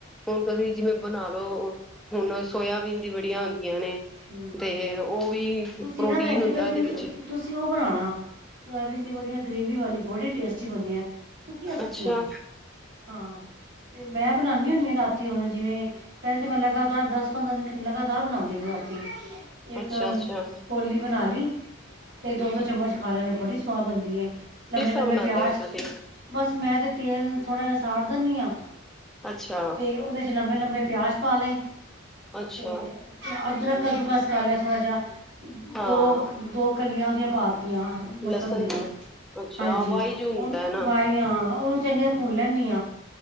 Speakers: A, in the centre; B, on the right.
A: ਹੁਣ ਤੁਸੀਂ ਜਿਵੇਂ ਬਨਾ ਲਓ, ਹੁਨ ਸੋਇਆ ਵੀਨ ਦੀ ਵੜੀਆਂ ਨੇ
B: ਹੂੰ
A: ਤੇ ਉਹ ਵੀ
B: ਤੁਸੀਂ
A: ਪ੍ਰੋਟੀਨ
B: ਨਾ ਭੈਣ ਜੀ
A: ਹੁੰਦਾ
B: ਕਦੀ
A: ਉਹਦੇ ਵਿੱਚ-
B: ਤੁਸੀਂ ਉਹ ਬਣਾਉਣਾ ਸੋਇਆਬੀਨ ਦੀ ਵੜੀਆਂ ਗ੍ਰੇਵ ਵਾਲੀ, ਬੜੀ ਟੇਸਟੀ ਬਨਦੀਐਂ, ਸੁੱਕੀਆਂ-ਸੁੱਕੀਆਂ।
A: ਅੱਛਾ
B: ਹਾਂ ਤੇ ਮੈਂ ਬਨਾਂਨੀਂ ਹੁੰਨੀਂ ਆਂ ਰਾਤੀ ਹੁਨ ਜਿਵੇਂ, ਪਹਿਲੇ ਤਾਂ ਮੈਂ ਲਗਾਤਾਰ ਦਸ ਪੰਦਰਾਂ ਦਿਨ ਲਗਾਤਾਰ ਬਣਾਉਂਦੀ ਹ ਰਾਤੀ ਇੱਕ,
A: ਅੱਛਾ ਅੱਛਾ ਹਮ
B: ਕੌਲੀ ਬਨਾ ਲੀ ਤੇ ਦੋ-ਦੋ ਚਮਚ ਖਾ ਲੈਣੇ, ਬੜੀ ਸਵਾਦ ਬਨਦੀ ਏ, ਲੰਬੇ-ਲੰਬੇ
A: ਕਿਸ ਤਰਾਂ ਬਣਾਉਂਦੇ
B: ਪਿਆਜ
A: ਹੋ ਤੁਸੀਂ
B: ਬਸ ਮੈਂ ਤੇ ਤੇਲ ਥੋੜ੍ਹਾ ਜਿਹਾ ਸਾੜ ਦਿੰਨੀ ਆਂ,
A: ਅੱਛਾ
B: ਤੇ ਉਹਦੇ ਚ ਲੰਬੇ ਲੰਬੇ ਪਿਆਜ ਪਾ ਲਏ,
A: ਅੱਛਾ
B: ਤੇ ਅਦਰਕ ਕੱਦੂ ਕਸ ਕੱਲ ਥੋੜ੍ਹਾ ਜਿਹਾ,
A: ਹਾਂ
B: ਦੋ ਦੋ ਕਲੀਆਂ ਉਹਦੀਆਂ ਪਾ- ਲਸਨ
A: ਲਸਣ
B: ਦੀਆਂ,
A: ਦੀ ਅੱਛਾ
B: ਹਾਂਜੀ।
A: ਵਾਈਜ ਹੁੰਦਾ
B: ਉਹ
A: ਹੈ ਨਾ
B: ਵਹੀਆਂ ਉਹਨ- ਚੰਗੇ ਭੁਨ ਲੈਂਨੀ ਆ,